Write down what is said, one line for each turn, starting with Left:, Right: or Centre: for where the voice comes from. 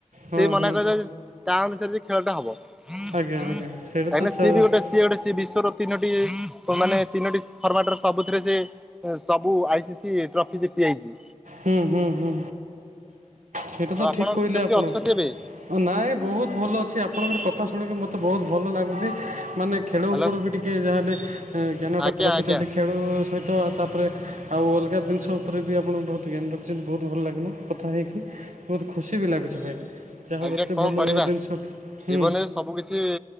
Right: ହଁ
Centre: ସିଏ ମନା
Right: ହଁ
Centre: କରିଦେଲା ଯେ ତା ଅନୁସାରେ ଯଦି ଖେଳ ଟା ହବ। କାହିଁକି
Right: ଆଜ୍ଞା ଆଜ୍ଞା ସେଇଟା ତ
Centre: ନା
Right: ଛ-
Centre: ସିଏ ବି ଗୋଟେ, ସିଏ ଗୋଟେ ସିଏ ବିଶ୍ୱର ତିନୋଟି ମାନେ ତିନୋଟି ଫର୍ମାଟରେ, ସବୁଥିରେ ସେ ସବୁ ଆଇ ସି ସି ଟ୍ରଫି ଜିତି ଯାଇଛି।
Right: ହୁଁ ହୁଁ ହୁଁ। ସେଇଟା
Centre: ଆଉ
Right: ତ
Centre: ଆପଣ
Right: ଠିକ କହିଲେ
Centre: କେମିତି
Right: ଆପଣ,
Centre: ଅଛନ୍ତି ଏବେ?
Right: ନାଇଁ ବହୁତ ଭଲ ଅଛି ଆପଣଙ୍କର କ କଥା ଶୁଣିକି ମୋତେ ବହୁତ ଭଲ ଲାଗୁଛି, ମାନେ ଖେଳ
Centre: ହ୍ୟାଲୋ
Right: ଉପରେ ବି ଟିକେ ଯାହେଲେ ଜ୍ଞାନଟା
Centre: ଆଜ୍ଞା
Right: ରଖିଛନ୍ତି,
Centre: ଆଜ୍ଞା
Right: ଖେଳ ସହିତ ତାପରେ ଆଉ ଅଲଗା ଜିନିଷ ଉପରେ ବି, ଆପଣ ବହୁତ ଜ୍ଞାନ ରଖିଛନ୍ତି, ବହୁତ ଭଲ ଲାଗିଲା କଥା ହେଇକି ବହୁତ ଖୁସି ବି ଲାଗୁଛି ଭାଇ। ଯାହା ହଉ
Centre: ଆଜ୍ଞା
Right: ଏତେ
Centre: କଣ
Right: ଭଲ
Centre: କରିବା,
Right: ଜିନିଷ ହୁଁ
Centre: ଜୀବନରେ ସବୁ କିଛି